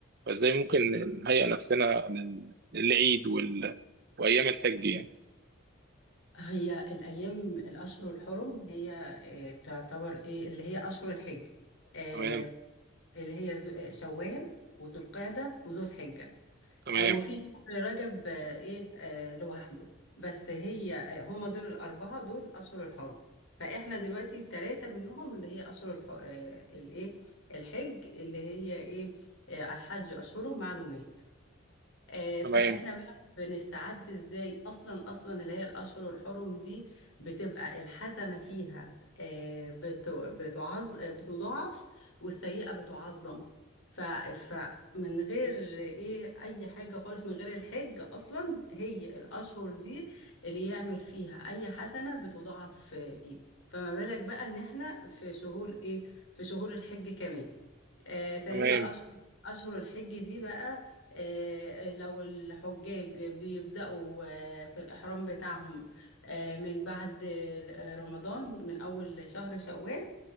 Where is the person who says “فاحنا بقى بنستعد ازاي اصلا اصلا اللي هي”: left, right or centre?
Left